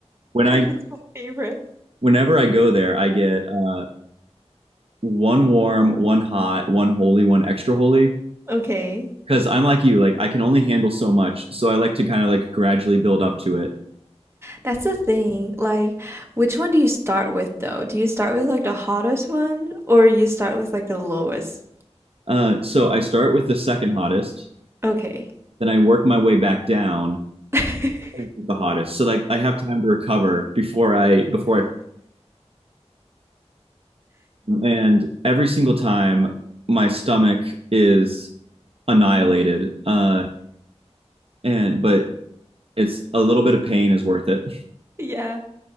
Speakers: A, on the right; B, on the right.
A: when i
B: is my favorite.
A: whenever i go there i get uh one warm, one hot, one holy, one extra holy.
B: Okay.
A: Because I'm like you, like I can only handle so much, so I like to kind of like gradually build up to it.
B: That's the thing. Like, which one do you start with though? Do you start with like the hottest one or you start with like the lowest?
A: Uh, so I start with the second hottest,
B: Okay.
A: then I work my way back down
B: <laughs>
A: to the hottest. So like I have time to recover before I before I and every single time my stomach is annihilated. Uh, and but it's a little bit of pain is worth it.
B: Yeah.